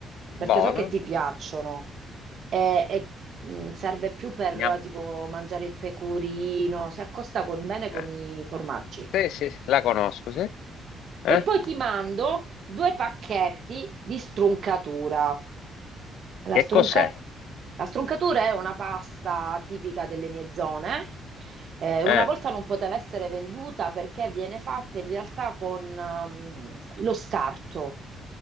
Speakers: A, on the right (about 50°); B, on the left (about 85°).
A: perché
B: buono.
A: so che ti piacciono. E, e, mh, serve più per
B: Gnam.
A: tipo mangiare il pecorino, si accosta con- bene con
B: Eh,
A: i formaggi.
B: Sì, sì, la conosco, sì. Eh?
A: E poi ti mando due pacchetti di struncatura. La
B: Che
A: strunca-
B: cos'è?
A: la struncatura è una pasta tipica delle mie zone. Eh, una
B: Eh.
A: volta non poteva essere venduta perché viene fatta in realtà con ehm, lo scarto.